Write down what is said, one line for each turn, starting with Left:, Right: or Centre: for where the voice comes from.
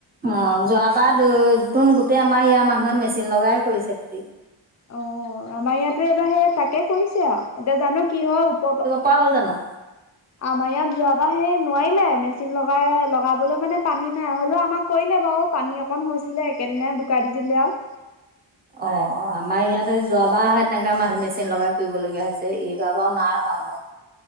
Right: অ' যোৱাবাৰতোন গোটেই আমাৰ ইয়াৰ মানুহে মেচিন লগাই কৰিছে খেতি।
Left: অ' আমাৰ ইয়াতো এইবাৰ সেই তাকে কৰিছে আৱ এতিয়া জানো কি হয় উপ
Right: কোৱা হ'ল জানো
Left: আমাৰ ইয়াত যোৱাবাৰ সেই নোৱাৰিলে মেচিন লগাই লগাবলৈ মানে পানী নাই হলেও আমাক কৰিলে বাঅ পানী অকণ হৈছিলে একেদিনাই বোকা দি দিলে আঅ
Right: অ আমা ইয়াত সে যোৱাবাৰ তেনেকে মেচিন লগাই কৰিবলগীয়া হৈছে এইবাৰ বাৰু নাই হোৱা বাৰু।